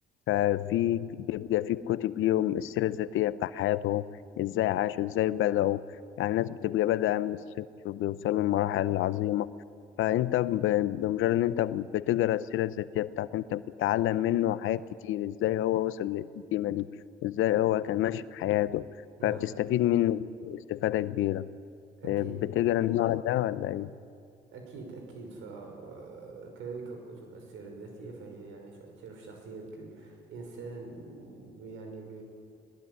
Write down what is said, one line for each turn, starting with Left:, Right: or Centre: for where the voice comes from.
Left: ففي بيبقى في كتب ليهم السيرة الذاتية بتاع حياتهم إزاي عاشوا إزاي بدأوا يعني الناس بتبقى بادئة من الصفر بيوصلوا لمراحل عظيمة فانت ب- بمجرد ان انت بتقرا السيره الذاتيه بتاعته انت بتتعلم منه حاجات كتير ازاي هو وصل للقيمه دي ازاي هو كان ماشي في حياته
Right: نعم
Left: فبتستفيد منه استفاده كبيره
Right: أكيد
Left: إيه، بتقرا النوع ده ولا ايه
Right: أكيد أكيد فكذلك كتب السيرة الذاتية فهي يعني تؤثر في شخصية الإنسان يعني